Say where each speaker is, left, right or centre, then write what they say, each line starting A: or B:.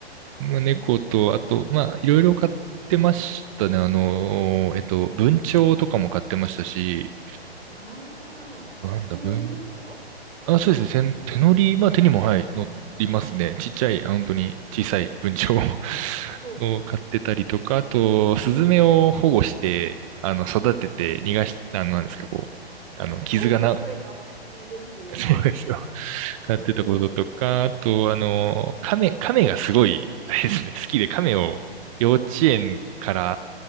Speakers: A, on the right (about 30°); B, on the right (about 80°).
A: まあ、猫と、あと、まあ、いろいろ買ってましたね。あのーえっと、文鳥とかも買ってましたし、
B: ああ、
A: なんだ、
B: 手乗りですか
A: 文あ、そうですね。手、手乗り、まあ手にも、はい、乗りますね。ちっちゃい、あ本当に小さい文鳥を
B: うんうんうん。
A: <laughs> を飼ってたりとか、あと、スズメを保護して、
B: ええ、
A: あの、育てて逃がし、あの、なんですか、こう、あの、傷がな、
B: あ、スズメかわいいですよね。
A: <laughs> そうですよ。飼ってたこととか、
B: うん。
A: あと、あの、亀、亀がすごい、あれですね、好きで亀を幼稚園から